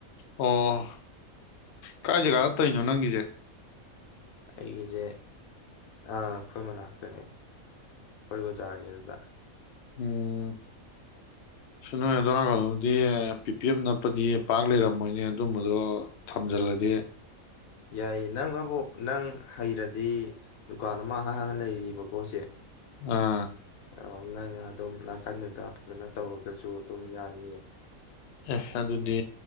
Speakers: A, on the left; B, on the left.
A: ꯑꯣ ꯀꯥꯏ ꯖꯒꯥꯗ ꯇꯧꯏꯅꯣ ꯅꯪꯒꯤꯖꯦ
B: ꯑꯩꯒꯤꯖꯦ ꯑꯥ ꯑꯩꯈꯣꯏ ꯃꯅꯥꯛꯇꯅꯤ ꯈꯣꯏ ꯕꯥꯖꯥꯔꯒꯤꯗꯨꯗ
A: ꯑꯝ ꯅꯣꯏ ꯑꯗꯣꯝ ꯅꯥꯀꯜꯂꯣꯝꯗꯗꯤ ꯄꯤ ꯄꯤ ꯑꯦꯐ ꯅꯞꯄꯗꯤ ꯄꯥꯛ ꯂꯩꯔꯝꯃꯣꯏꯅꯦ ꯑꯗꯨꯝꯕꯗꯣ ꯊꯝꯖꯜꯂꯗꯤ
B: ꯌꯥꯏꯌꯦ ꯅꯪ ꯅꯕꯨ ꯅꯪ ꯍꯩꯔꯗꯤ ꯗꯨꯀꯥꯟ ꯑꯃ ꯍꯥꯡ ꯍꯥꯡꯉꯥꯒ ꯂꯩꯔꯤꯕꯀꯣ ꯍꯧꯖꯤꯛ
A: ꯑꯥ
B: ꯑꯥ ꯅꯪꯅ ꯑꯗꯨꯝ ꯅꯥꯀꯟꯗꯨꯗ ꯐꯖꯅ ꯇꯧꯔꯒꯁꯨ ꯑꯗꯨꯝ ꯌꯥꯅꯤꯌꯦ
A: ꯑꯦ ꯑꯗꯨꯗꯤ